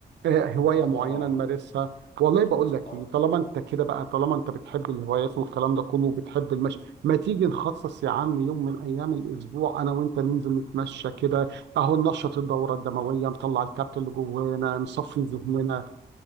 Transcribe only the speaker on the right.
آه، هوايه
معينه
نمارسها والله بقول لك
ايه طالما انت كده بقى طالما انت بتحب الهوايات والكلام ده كله وبتحب المشي ما تيجي نخصص يا عم يوم من ايام الاسبوع انا وانت ننزل نتمشى كده اهو ننشط الدوره الدمويه نطلع الكبت اللي جوانا نصفي ذهننا